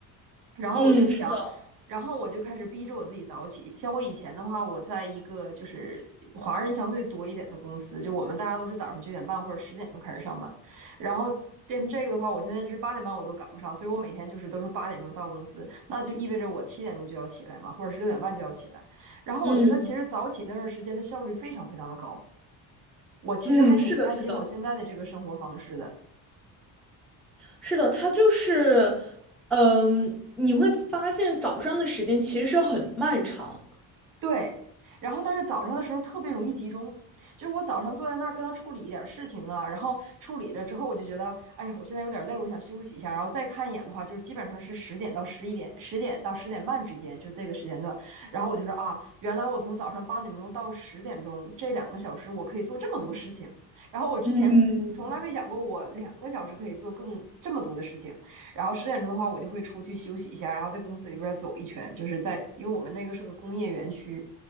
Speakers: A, on the right; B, in the centre.
A: 然后我就想，
B: 嗯，是的，
A: 然后我就开始逼着我自己早起。像我以前的话，我在一个就是华人相对多一点的公司，就我们大家都是早上九点半或者十点钟开始上班，然后。变成这个的话，我现在是八点半我都赶不上，所以我每天就是都是八点钟到公司，那就意味着我七点钟就要起来嘛，或者是六点半就要起来。然后我觉得其实早起那段时间的效率非常非常的高，
B: 嗯
A: 我其实还挺开心我现在的这个生活方式的。
B: 嗯，是的，是的，是的，他就是，嗯、你会发现早上的时间其实是很漫长。
A: 对，然后但是早上的时候特别容易集中，就是我早上坐在那儿跟他处理一点事情啊，然后处理了之后，我就觉得，哎呀，我现在有点累，我想休息一下，然后再看一眼的话，就是基本上是十点到十一点，十点到十点半之间，就这个时间段。然后我就说啊，原来我从早上八点钟到十点钟这两个小时，我可以做这么多事情，然后我之前从来没想过我两个小时可以做更这么多的事情。
B: 嗯，
A: 然后十点钟的话，我就会出去休息一下，然后在公司里边走一圈，就是在因为我们那个是个工业园区，